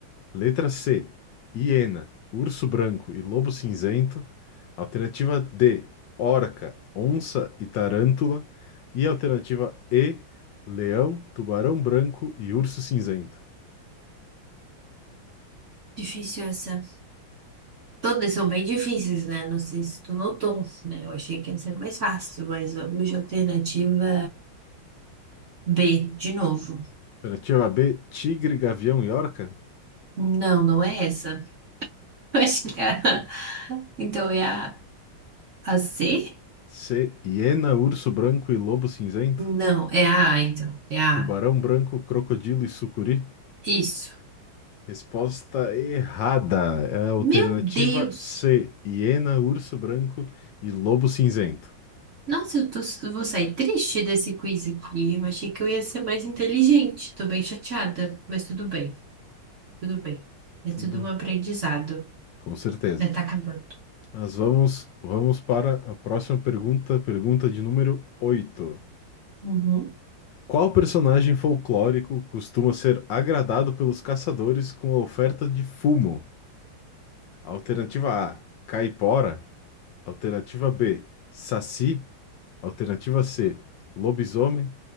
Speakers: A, on the left; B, on the right.
A: Letra C, hiena, urso branco e lobo cinzento. Alternativa D, orca, onça e tarântula. E alternativa E, leão, tubarão branco e urso cinzento.
B: difícil essa. Todas são bem difíceis, né? Não sei se tu notou, né? Eu achei que ia ser mais fácil, mas vamos de alternativa B, de novo.
A: Alternativa B, tigre, gavião e orca.
B: Não, não é essa. <laughs> Eu acho que é a... <laughs> Então é a, a C?
A: C, hiena, urso branco e lobo cinzento.
B: Não, é a A, então. É a
A: Tubarão
B: A.
A: branco, crocodilo e sucuri.
B: Isso.
A: Resposta errada. É a alternativa
B: Meu Deus!
A: C, hiena, urso branco e lobo cinzento.
B: Nossa, eu tô, eu vou sair triste desse quiz aqui. Eu achei que eu ia ser mais inteligente. Tô bem chateada, mas tudo bem. Tudo bem. É
A: Tudo
B: tudo um aprendizado,
A: Com certeza.
B: né? Tá acabando.
A: Mas vamos, vamos para a próxima pergunta, pergunta de número 8.
B: Uhum.
A: Qual personagem folclórico costuma ser agradado pelos caçadores com a oferta de fumo? Alternativa A, caipora. Alternativa B, saci. Alternativa C, lobisomem.